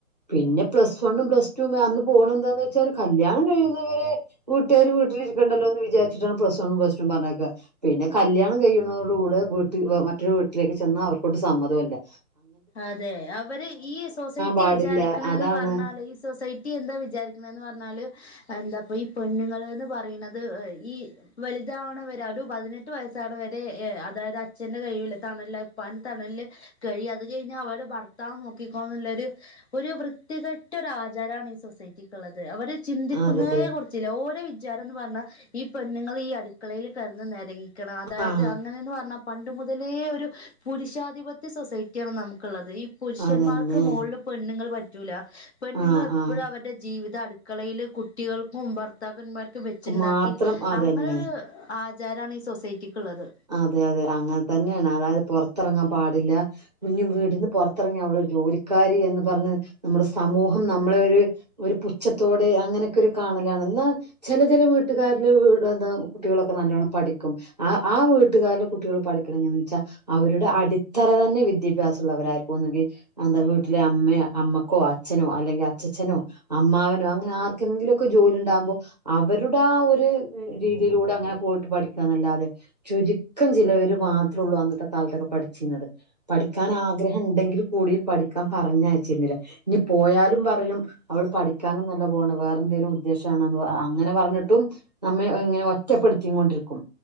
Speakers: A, on the right (about 30°); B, on the left (about 45°).
A: പിന്നെ പ്ലസ് വണ്ണും പ്ലസ് ടും അന്ന് പോണെന്താന്ന് വെച്ചാല് കല്യാണം കഴിയുന്നവരെ കൂട്ടുകാര് വീട്ടിരിക്കണ്ടല്ലോന്ന് വിചാരിച്ചിട്ടാണ് പ്ലസ് വണ്ണും പ്ലസ്ടുവും പറഞ്ഞേക്കെ പിന്നെ കല്യാണം കഴിയുന്നതോട് കൂടെ വീട്ടിൽ വെ മറ്റൊരു വീട്ടിലേക്ക് ചെന്നാ അവർക്കൊട്ട് സമ്മതു അല്ല
B: അതെ അവര് ഈ സൊസൈറ്റി
A: പാടില്ല
B: വിചാരിക്കണെന്ന്
A: അതാണ്
B: പറഞ്ഞാല് ഈ സൊസൈ റ്റി എന്താ വിചാരിക്കണെന്ന് പറഞ്ഞാല് എന്താപ്പ ഈ പെണ്ണുങ്ങള്ന്ന് പറീണത് എ ഈ വലുതാവണെ വരെ ഒരു പതിനെട്ട് വയസ്സാണ് വരെ എ അതായത് അച്ഛന്റെ കയ്യില് തണൽല് അത് ഇപ്പാന്റെ തണൽല് കഴിയ അത് കഴിഞ്ഞാൽ അവരെ ഭർത്താവ് നോക്കിക്കോൾന്നുള്ളെരു ഒരു വൃത്തി കെ ട്ടെരു ആചാരാണ് ഈ സൊസൈറ്റിക്ക്ള്ളത് അവര് ചിന്തിക്കുന്നതേ
A: അതെ
B: കുറി ചില ഓര് വിചാരംന്ന് പറഞ്ഞാ ഈ പെണ്ണ്ങ്ങളീ അടുക്കളയില് കെടന്ന് നെരകി ക്കണം അതായത്
A: ആ
B: അങ്ങനെയെന്ന് പറഞ്ഞാൽ പണ്ട് മുതലേ ഒരു പുരുഷാധിപത്യ സൊസൈ ക്ക്യാണ് നമുക്കുള്ളത് ഈ പുരുഷന്മാർക്ക്
A: അതന്നെ
B: മോളില് പെണ്ണുങ്ങൾ പറ്റൂല പെണ്ങ്ങൾ
A: ആ
B: എപ്പോഴും
A: ആ
B: അവരുടെ ജീവിത അടുക്കളയില് കുട്ടികൾക്ക് ഭർ ഭർത്താക്കന്മാർക്ക് വെച്ചുണ്ടാക്കി
A: മാത്രം അതന്നെ
B: അങ്ങനെയൊരു ആചാരമാണ് ഈ സൊസൈറ്റിക്ക് ഉള്ളത്
A: അതെ അതെ അങ്ങനെ തന്നെയാണ് അതായത് പുറത്തിറങ്ങാൻ പാടില്ല ഇഞ് വീട്ടന്ന് പുറത്തിറങ്ങി അവളരു ജോലിക്കാരി എന്ന് പറഞ്ഞ നമ്മുടെ സമൂഹം നമ്മളെ ഒരു ഒരു പുച്ഛത്തോടെ അങ്ങനെയൊക്കെ ഒരു കാണലാണ് എന്നാ ചില ചില വീട്ടുകാരില് എന്താ കുട്ടികളൊക്കെ നല്ലോണ്ണം പഠിക്കും ആ ആ വീട്ടുകാൽ കുട്ടികൾ പഠിക്കണന്ന് വെച്ചാൽ അവരുടെ അടിത്തറ തന്നെ വിദ്യാഭ്യാസം ഉള്ളവരായിരിക്കുംന്നെങ്കിൽ എന്താ വീട്ടിലെ അമ്മ അമ്മക്കോ അച്ഛനോ അല്ലെങ്കിൽ അച്ചച്ചനോ അമ്മാവനോ അങ്ങനെ ആർക്കെങ്കിലുമക്കെ ജോലി ഉണ്ടാകുമ്പോ അവരുടെ ആ ഒരു രീതിയിലൂടെ അങ്ങനെ പോയിട്ട് പഠിക്കുകന്നല്ലാതെ ചുരുക്കം ചിലവർ മാത്രേള്ളൂ അന്നത്തെ കാലത്തൊക്കെ പഠിച്ചിരുന്നത് പഠിക്കാൻ ആഗ്രഹം ഉണ്ടെങ്കിലിൽ കൂടി പഠിക്കാൻ പറഞ്ഞയച്ചിരുന്നില്ല ഇനി പോയാലും പറയും അവള് പഠിക്കാനും നല്ല പോണ് വേറെ എന്തേങ്കിലും ഉദ്ദേശണ അങ്ങനെ പറഞ്ഞിട്ടും നമ്മെ ഇങ്ങനെ ഒറ്റപ്പെടുത്തി കൊണ്ടിരിക്കും